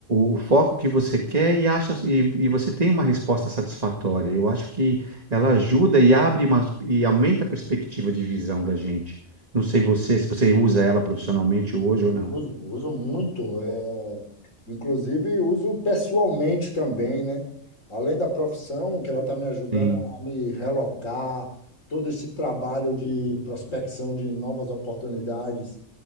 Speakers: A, on the right (about 30°); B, on the left (about 85°).
A: o, o foco que você quer e acha e, e você tem uma resposta satisfatória. Eu acho que ela ajuda e abre uma, e aumenta a perspectiva de visão da gente. Não sei você, se você usa ela profissionalmente hoje ou não.
B: uso, uso muito, é, inclusive uso pessoalmente também, né? Além da profissão, que ela está me ajudando
A: Sim.
B: a me relocar, todo esse trabalho de prospecção de novas oportunidades